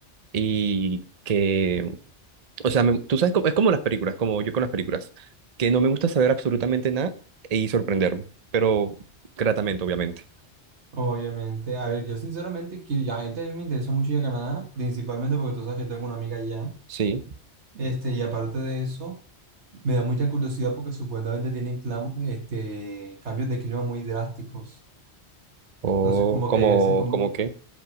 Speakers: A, on the right; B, on the right.
A: y que, o sea, me- tú sabes, co- es como las películas, como yo con las películas, que no me gusta saber absolutamente nada e y sorprenderme, pero gratamente, obviamente.
B: Obviamente, a ver, yo sinceramente, que ya a mí me interesa mucho ir a Canadá, principalmente porque tú sabes que tengo una amiga allá,
A: Sí,
B: este, y aparte de eso, me da mucha curiosidad porque supuestamente tienen clam- este, cambios de clima muy drásticos.
A: o
B: Entonces, como
A: como,
B: que hay veces, como,
A: como
B: o
A: que.